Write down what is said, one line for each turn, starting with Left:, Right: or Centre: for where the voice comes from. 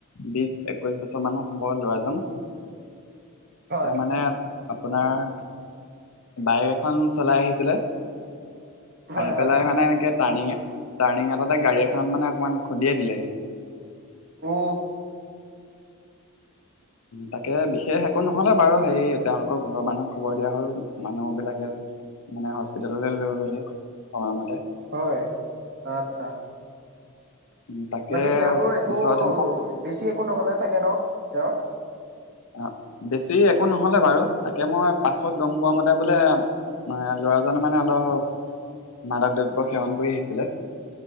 Left: বিশ একৈশ বছৰ মানৰ হ'ব ল'ৰাজন
Right: হয়
Left: ত মানে আপোনাৰ বাইক এখন চলাই আহিছিলে
Right: হয়
Left: আহি
Right: হয়
Left: পেলাই মানে এনেকে টাৰ্ণিং টাৰ্ণিং এটাতে গাড়ী এখনত মানে অকমান খুন্দিয়ে দিলেহি
Right: অ
Left: তাকে বিশেষ একো নহলে বাৰু সেই তেওঁলোকৰ ঘৰৰ মানুহক খবৰ দিয়া হল মানুহ বিলাকে মানে হস্পিিতেললৈ লৈ গলেি সময়মতে
Right: হয় আচ্ছা
Left: উম, তাকে
Right: বাকী তেওঁতৰ একো
Left: পিছতহে মই
Right: বেছি একো নহলে চাগে ন তেওঁৰ
Left: অ বেছি একো নহলে বাৰু তাকে মই পাছত গম পোৱা মতে বোলে ম ল'ৰাজ মানে অলপ মাদক দ্ৰব্য সেৱন কৰি আহিছিলে